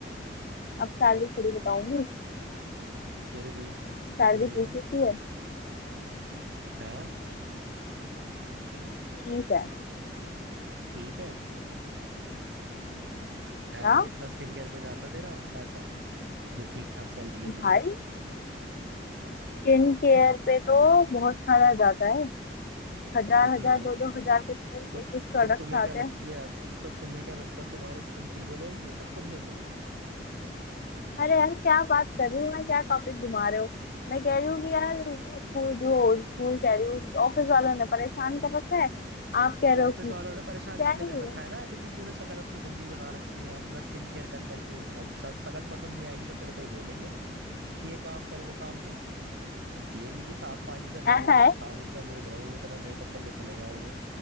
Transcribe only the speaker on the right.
फिर भी कितनी
है
है
ठीक है ऐसा
कितना स्किन केयर पे जाता तेरा पैसा जो ठीक ठाक सैलरी है
तेरी
हम्म,
तो इतना
इत,
तो,
तो तुम्हें क्या
लगती
है तो तुम्हें क्या लगता है तुम्हारी स्किन ठीक हो जाएगी ये सब करने से
तो
ऑफिस
वालों ने परेशान
इसलिए
कर
रखा है ना क्योंकि तूने शकल अपनी गंदी बना रखी है अपना स्किन केयर कर करके अब श- शकल पसंद नहीं आएगी तो तेरे को ही बोलेंगे कि ये काम कर वो काम कर ये नहीं कि साफ पानी से नहाऊं
साबुन से मुंह धोऊं इतना मेकअप करके चले जाओगे